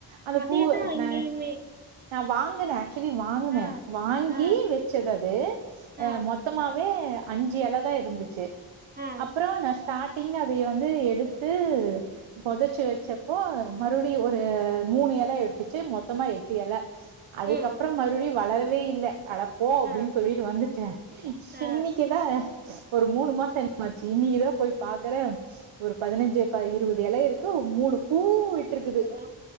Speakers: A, on the right; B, on the right.
A: அந்த
B: அதேதா
A: பூவு
B: இங்கேயுமே
A: ந நா வாங்கன ஆக்சுவலி வாங்கன
B: ஆ
A: வாங்கி
B: ஆ
A: வச்சது அது அ
B: ஆ
A: மொத்தமாவே அஞ்சு எல தா இருந்துச்சு
B: ஆ
A: அப்பறோ நஷ் ஸ்டாடிங் அதைய வந்து எடுத்து பொதச்சு வச்ச ப்போ மறுபடிய ஒரு மூணு எல எட்டுச்சு மொத்தமா எட்டு எல அதுக்கப்புறோ
B: ம்
A: மறுபுடியு வளரவே இல்ல அடப்போ அப்டின்னு
B: ஆ
A: சொல்லிட்டு வந்துட்ட
B: ஆ ஆ
A: இன்னைக்குதா ஒரு மூணு மாசோ என்னாச்சு இன்னைக்குதா போய் பாக்கற ஒரு பதினஞ்சுகா இருவது எல இருக்கு மூணு பூ விட்டுருக்குது
B: ஓ